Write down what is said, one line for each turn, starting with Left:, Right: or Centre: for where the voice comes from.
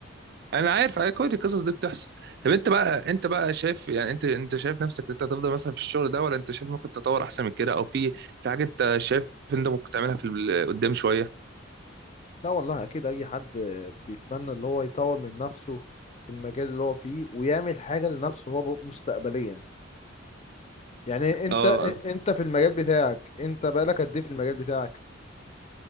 Right: انا عارف أيوة، كويس القصص دي بتحصل طب انت بقى انت بقى شايف يعني انت انت شايف نفسك انت هتفضل مثلا في الشغل ده ولا انت شايف ممكن تطور احسن من كده او في في حاجه انت شايف ان انت ممكن تعملها في ال- قدام شويه
Left: لا والله اكيد اي حد بيتمنى اللي هو يطور من نفسه في المجال اللي هو فيه ويعمل حاجة لنفسه هو ب- مستقبليا يعني انت
Right: اه
Left: انت في المجال بتاعك انت بقالك قد ايه في المجال بتاعك